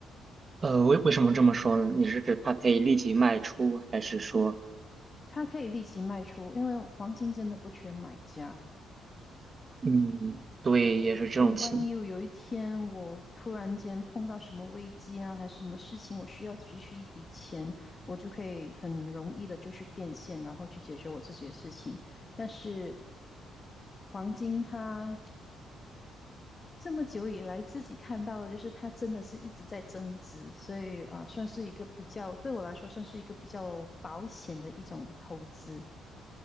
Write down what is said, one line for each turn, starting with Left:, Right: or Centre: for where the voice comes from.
Right: 呃，为为什么这么说呢？你是指它可以立即卖出，还是说，
Left: 它可以立即卖出，因为黄金真的不缺买家，
Right: 嗯，对，也是这种情，
Left: 所以万一有一天我突然间碰到什么危机啊，还是什么事情，我需要急需一笔钱，我就可以很容易的就去变现，然后去解决我自己的事情。但是黄金它这么久以来自己看到的，就是它真的是一直在增值，所以啊，算是一个比较，对我来说算是一个比较保险的一种投资。